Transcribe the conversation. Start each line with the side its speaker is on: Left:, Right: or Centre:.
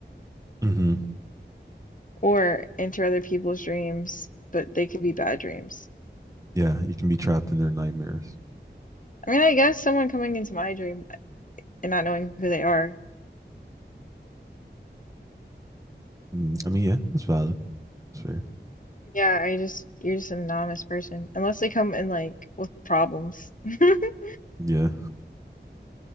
Right: hmm
Left: or enter other people's dreams, but they could be bad dreams.
Right: Yeah, you can be trapped in their nightmares.
Left: I mean, I guess someone coming into my dream and not knowing who they are.
Right: Mm, I mean, yeah, that's valid. That's fair.
Left: Yeah, I just you're just an anonymous person, unless they come in like with problems. <laughs>
Right: Yeah.